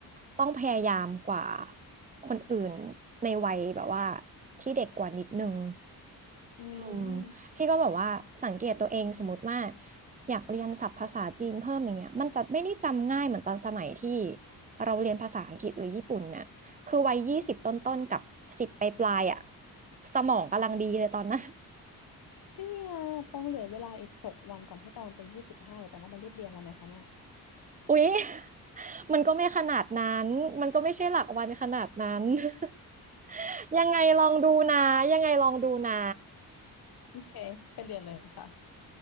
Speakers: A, on the right; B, on the left.
A: ต้องพยายามกว่าคนอื่นในวัยแบบว่าที่เด็กกว่านิดนึง
B: อืม
A: อืมพี่ก็แบบว่าสังเกตตัวเองสมมติว่า อยากเรียนศัพท์ภาษาจีนเพิ่มอย่างเงี้ยมันจะไม่ได้จำง่ายเหมือนตอนสมัยที่เราเรียนภาษาอังกฤษหรือญี่ปุ่นน่ะคือวัยยี่สิบต้นๆกับสิบปลายๆอ่ะสมองกำลังดีเลยตอนนั้น
B: พี่เมียต้องเหลือเวลาอีกหกวันก่อนที่ตองจะยี่สิบห้าหรือตองต้องไปรีบเรียนแล้วไหมคะเนี่ย
A: <laughs> อุ๊ยมันก็ไม่ขนาดนั้นมันก็ไม่ใช่หลักวันขนาดนั้น <laughs> ยังไงลองดูนะยังไงลองดูนะ
B: โอเคไปเรียนเลยค่ะ